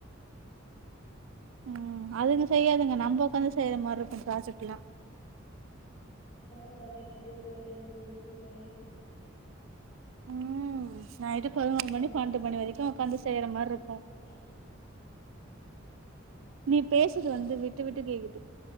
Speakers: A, on the right; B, on the left.
A: ம் அதுங்க செய்யாதுங்க நம்ப ஒக்காந்து செய்யற மாரு இருக்கும் ப்ராஜெக்ட்ல்லா
B: <unintelligible>
A: ம் நைட்டு
B: அப்றமா
A: பதினோரு
B: அவங்க
A: மணி பண்டு மணி
B: தேடி
A: வரைக்கும் உக்காந்து செய்யற மார்க்கும்
B: <unintelligible>
A: நீ பேஸ்றது வந்து விட்டு விட்டு கேக்குது